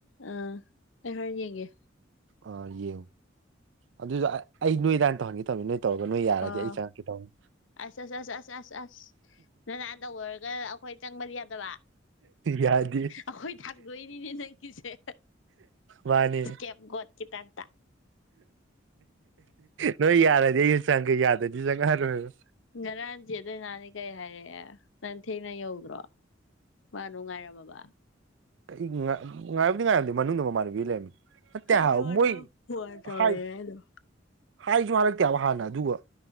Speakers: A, on the left; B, on the right.
A: ꯑ ꯑꯩ ꯍꯣꯔꯦꯟ ꯌꯦꯡꯒꯦ
B: ꯑ ꯌꯦꯑꯣ ꯑꯗꯨꯗ ꯑꯩ ꯑꯩ ꯅꯣꯏꯗꯍꯥꯟꯅ ꯇꯧꯍꯟꯒꯦ ꯇꯧꯅꯤ ꯅꯣꯏ ꯇꯧꯔꯒ ꯅꯣꯏ ꯌꯥꯔꯗꯤ
A: ꯑꯥ
B: ꯑꯩ ꯆꯪꯉꯛꯀꯦ ꯇꯧꯅꯤ꯫
A: ꯑꯁ ꯑꯁ ꯑꯁ ꯑꯁ ꯑꯁ ꯑꯁ ꯅꯪꯅꯥ ꯇꯧꯕꯔꯒ ꯑꯩꯈꯣꯏ ꯆꯪꯕꯗꯤ ꯌꯥꯗꯕ
B: ꯌꯥꯗꯦ
A: ꯑꯈꯣꯏ ꯊꯥꯡꯗꯣꯏꯅꯤꯅꯦ ꯅꯪ ꯀꯤꯁꯦ
B: ꯃꯥꯅꯤ
A: ꯑꯦꯞ ꯒꯣꯠꯀꯤ ꯇꯥꯏꯞ
B: ꯅꯣꯏ ꯌꯥꯔꯗꯤ ꯑꯩꯒ ꯆꯪꯉꯛꯀꯦ ꯌꯥꯗꯗꯤ ꯆꯪꯉꯔꯣꯏꯔꯣꯕ
A: ꯉꯔꯥꯡ ꯆꯦ ꯗꯥꯏꯅꯗꯤ ꯀꯩ ꯍꯥꯏꯔꯛꯑꯦ ꯅꯪ ꯊꯦꯡꯅ ꯌꯧꯗ꯭ꯔꯣ ꯃꯥ ꯅꯨꯡꯉꯥꯏꯔꯃꯕ
B: ꯑꯩ ꯉꯥꯏꯕꯨꯗꯤ ꯉꯥꯏꯔꯝꯗꯦ ꯃꯅꯨꯡꯗ ꯃꯃꯥꯟꯅꯕꯤ ꯂꯩꯔꯝꯃꯤ ꯅꯠꯇꯦ
A: ꯑꯩꯉꯣꯟꯗ
B: ꯍꯥꯏꯕ ꯃꯣꯏ
A: ꯐꯣꯟ ꯇꯧꯔꯛꯑꯦ
B: ꯍꯥꯏ
A: ꯑꯗꯨꯝ
B: ꯍꯥꯏꯖꯨ ꯍꯥꯏꯔꯛꯇꯦꯕ ꯍꯥꯟꯅ ꯑꯗꯨꯒ